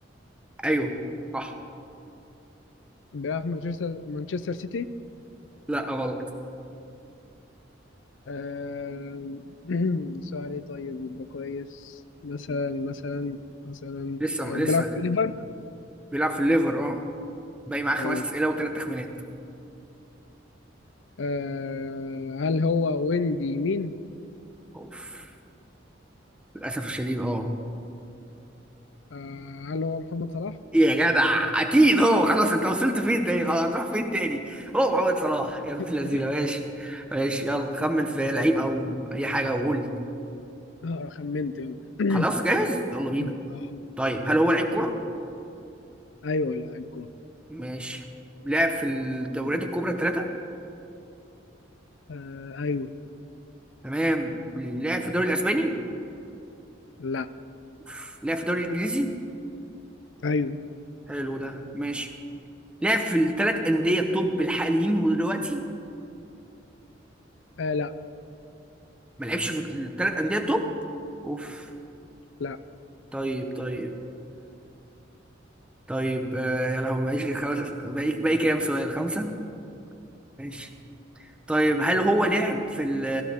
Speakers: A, in the centre; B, on the left.
A: ايوه صح
B: بيلعب في مانشستر مانشستر سيتي
A: لا غلط
B: آه <clears throat> سؤال ايه طيب يبقى كويس مثلا مثلا مثلا
A: لسه
B: آه
A: لسه
B: بيلعب في ليفر
A: بيلعب في الليفر اه باقي معاه خمس
B: أو
A: اسئلة وثلاث تخمينات
B: آه هل هو ويندي مين
A: اوف للاسف الشديد اه
B: آه هل هو محمد صلاح
A: إيه يا جدع اكيد هو خلاص انت وصلت فين تاني خلاص هتروح فين تاني هو محمد صلاح يا ابن
B: <laughs>
A: اللذينه ماشي ماشي يلا خمن في لعيب او اي حاجه وقول لي
B: آه خمنت يلا
A: خلاص جاهز يلا بينا
B: <clears throat>
A: طيب هل هو لعيب كوره
B: ايوه لاعب كورة
A: ماشي لعب في الدوريات الكبرى الثلاثه
B: آه ايوه
A: تمام لعب في الدوري الاسباني
B: لا
A: أوف. لعب في الدوري الانجليزي
B: ايوه
A: حلو ده ماشي لعب في الثلاث انديه التوب الحاليين دلوقتي
B: آه لا
A: ما لعبش في الثلاث انديه التوب اوف
B: لا
A: طيب طيب طيب آه يا لهوي معيش غير خمس أس- باقي باقي كام سؤال خمسة ماشي طيب هل هو لعب في ال